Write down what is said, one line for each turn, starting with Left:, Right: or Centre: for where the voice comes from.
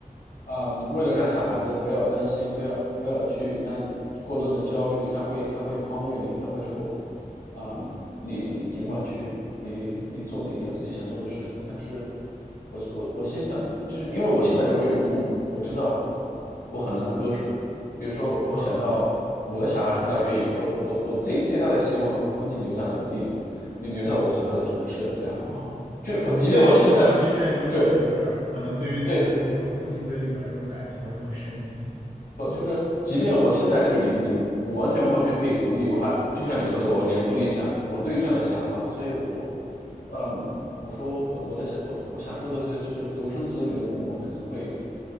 Left: 嗯，为了让小孩子不要担心，不要不要去担过多的焦虑，他会他会宽慰你，他会说，嗯，你你尽管去，你你做你要自己想做的事情。但是我我我心想，就是因为我现在是为人父母，我知道我很难割舍。比如说，我想到我的小孩上大学以后，
Right: 啊。
Left: 我我最最大的希望，我说你留在本地，你留在我所在的城市，这样，
Right: 哦，
Left: 就是我即便我现在
Right: 是，我觉得尤其尤其是尤其是女儿，
Left: 对。
Right: 可能对于女儿这种父亲对女儿这种感情会更深一些。
Left: 对就是即便我现在这个年龄，我完全完全可以独立，我还就像你说的，我和年富力强，我都有这样的想法，所以我我，嗯，我说我我在想我我想说的是，就是独生子女的父母可能会